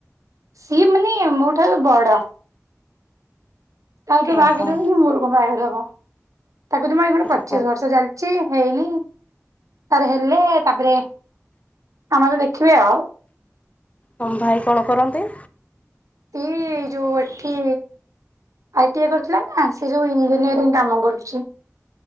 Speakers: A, on the right; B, on the left.
A: ସିଏ ମାନେ ମୋ ଠାରୁ ବଡ଼। ତାର ତ ବାହାଘର
B: ଓହୋ
A: ହେଇନି ମୋର କଣ ବାହାଘର ହବ? ତାକୁ ଜମା ଏଇନୁ ପଚିଶ
B: ଓହୋ
A: ବର୍ଷ ଚାଲିଛି ହେଇନି ତାର ହେଲେ ତାପରେ ଆମର ଦେଖିବା ଆଉ?
B: ତମ ଭାଇ କଣ କରନ୍ତି?
A: ସିଏ ଯୋଉ ଏଠି ଆଇ ଟି ଆଇ କରିଥିଲା ନା ସେ ଯେଉଁ ଇଞ୍ଜିନିୟରିଂ କାମ କରୁଛି।